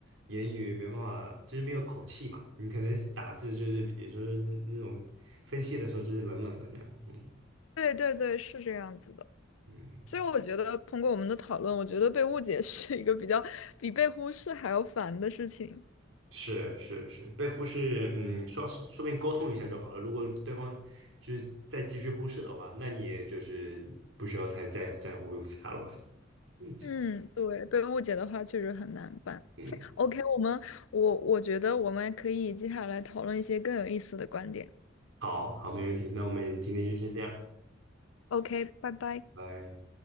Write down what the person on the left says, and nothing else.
对对对，是这样子的。
所以我觉得通过我们的讨论，我觉得被误解 <laughs> 是一个比较比被忽视还要烦的事情。
嗯，对，被误解的话确实很难办。
OK，我们我我觉得我们可以接下来讨论一些更有意思的观点。
OK，拜拜。